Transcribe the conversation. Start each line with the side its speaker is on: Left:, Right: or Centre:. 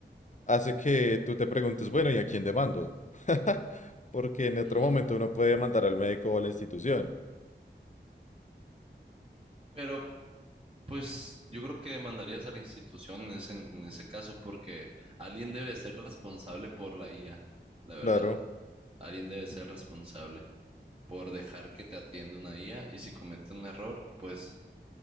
Left: hace que tú te preguntes, bueno, ¿y a quién demando? <laughs> Porque en otro
Right: Ujú.
Left: momento uno puede mandar al médico o a la institución.
Right: Pero pues yo creo que demandarías a la institución en ese, en ese caso porque alguien debe ser responsable por la IA, la verdad.
Left: Claro,
Right: Alguien debe ser responsable por dejar que te atienda una IA y si comete un error, pues